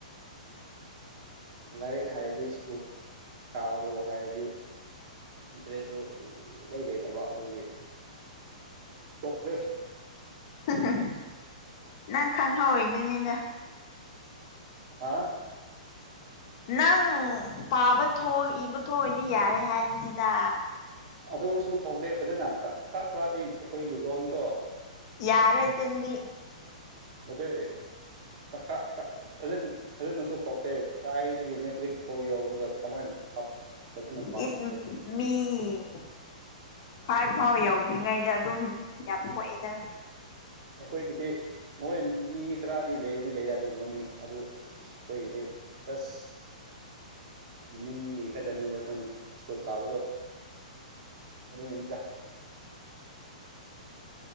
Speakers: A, on the right (about 50°); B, on the left (about 50°).
A: ꯂꯥꯏꯔꯤꯛ ꯍꯥꯏꯔꯗꯤ ꯁ꯭ꯀꯨꯜ ꯀꯥꯔꯣ ꯍꯥꯏꯔꯗꯤ ꯏꯟꯇ꯭ꯔꯦꯁꯇꯨ ꯁꯨ ꯂꯩ ꯂꯩꯇꯕ ꯑꯗꯨꯒꯤ ꯇꯣꯛꯈ꯭ꯔꯦ
B: <unintelligible> ꯅꯪ ꯈꯪꯍꯧꯏꯗꯨꯅꯤꯗ꯫
A: ꯍꯥ꯫
B: ꯅꯪ ꯄꯥꯕ ꯊꯣꯛ ꯏꯕ ꯊꯣꯛꯑꯗꯤ ꯌꯥꯏ ꯍꯥꯏꯕꯅꯤꯗꯥ꯫
A: ꯑꯗꯨꯁꯨ ꯊꯧꯗꯦ ꯐꯖꯅ ꯈ ꯈ꯭ꯔ ꯈꯔꯗꯤ ꯑꯩꯈꯣꯏꯒꯤ ꯂꯣꯟꯀꫭ꯫
B: ꯌꯥꯔꯦ ꯆꯤꯟꯗꯤ꯫
A: ꯅꯠꯇꯦ꯫ ꯇ ꯈꯥ ꯈꯥꯥ ꯐꯖꯟ ꯐꯖꯅꯁꯨ ꯊꫭꯛꯇꯦ ꯀꯥꯏꯗꯒꯤ ꯃꯦꯇ꯭ꯔꯤꯛꯐꯥꯎ ꯌꯥꯎꯗ꯭ꯔꯒ꯫ ꯀꯃꫭꯏ ꯐ ꯐꯖꯅ ꯄꯥꯛꯕ
B: ꯏꯁ ꯃꯤ
A: <inaudible>
B: ꯐꯥꯏꯚ ꯐꯥꯎ ꯌꯧꯗ꯭ꯔꯤꯉꯩꯗ ꯑꯗꯨꯝ ꯌꯥꯝ ꯊꯣꯛꯑꯦꯗ꯫
A: ꯑꯩꯈꯣꯏꯒꯤꯗꯤ ꯃꯣꯏ ꯃꯤ ꯈꯔꯗꯤ ꯂꯩꯕꯗꯤ ꯂꯩꯌꯦ ꯑꯗꯨꯒꯨꯝꯕ ꯃꯤ ꯑꯗꯨ ꯑꯈꯣꯏꯒꯤꯗꯤ ꯆꯁ꯫ ꯃꯤꯡꯒꯤ ꯈꯛꯇꯅꯤꯕ ꯑꯩꯈꯣꯏꯅ ꯁ꯭ꯀꯨꯜ ꯀꯥꯕꯗꯣ꯫ ꯑꯗꯨꯒꯤꯅꯤꯗ꯫